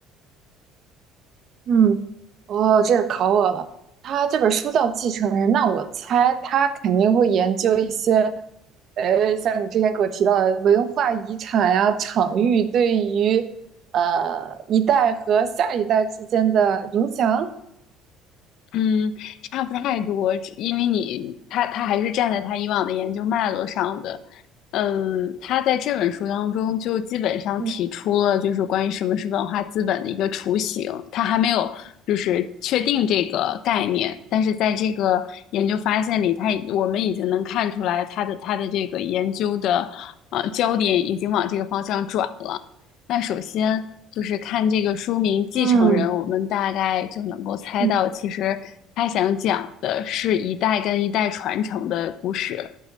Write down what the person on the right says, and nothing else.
嗯，哦，这个考我了。他这本书叫《继承人》，那我猜他肯定会研究一些，呃，像你之前给我提到的文化遗产呀、场域对于呃一代和下一代之间的影响。
嗯
嗯
嗯